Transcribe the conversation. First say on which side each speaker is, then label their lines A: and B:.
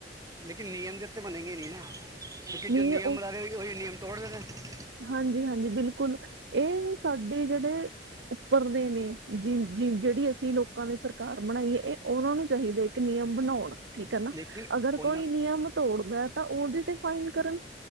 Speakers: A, on the right; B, on the right.
A: ਲੇਕਿਨ ਨਿਯਮ ਦੇ ਏਤੇ ਬਣੇਗੇ ਈ ਨੀ ਨਾ, ਕਿਉਂਕਿ
B: ਨਹੀਂ
A: ਜੋ ਨਿਯਮ ਬਲਾ ਰੇ, ਔਹੀ ਨਿਯਮ ਤੋੜ ਦਿੰਦੇ।
B: ਹਾਂਜੀ-ਹਾਂਜੀ, ਬਿਲਕੁਲ, ਇਹ ਸਾਡੇ ਜਿਹੜੇ ਉੱਪਰ ਦੇ ਨੇ, ਜੀ ਜ ਜਿਹੜੀ ਅਸੀਂ ਲੋਕਾਂ ਨੇ ਸਰਕਾਰ ਬਣਾਈ ਏ, ਇਹ ਉਹਨਾਂ ਨੂੰ ਚਾਹੀਦੇ। ਕਿ ਨਿਯਮ ਬਣਾਉਣ। ਠੀਕ ਆ ਨਾ,
A: ਲੇਕਿਨ
B: ਅਗਰ
A: ਉਹਨਾਂ
B: ਕੋਈ
A: ਦਾ
B: ਨਿਯਮ ਤੋੜਦਾ ਤਾਂ ਉਹਦੇ ਤੇ ਫਾਈਨ ਕਰਨ।